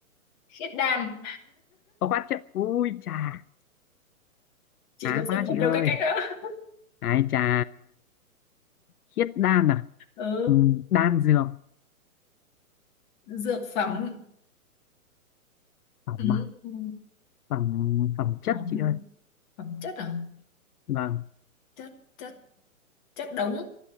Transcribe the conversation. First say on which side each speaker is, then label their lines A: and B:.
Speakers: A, on the left (about 30°); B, on the left (about 80°).
A: khiết đan
B: có quá chứ ui chà
A: chị
B: khá
A: có xem
B: quá
A: hạt
B: chị ơi
A: châu cách cách đó
B: ai chà khiết đan à
A: ừ
B: ừ, đan dược
A: dược phẩm
B: phẩm
A: ừ.
B: à
A: ừ.
B: phẩm phẩm chất
A: Ồ,
B: chị
A: mình-
B: ơi
A: phẩm chất à
B: vâng
A: chất chất chất đống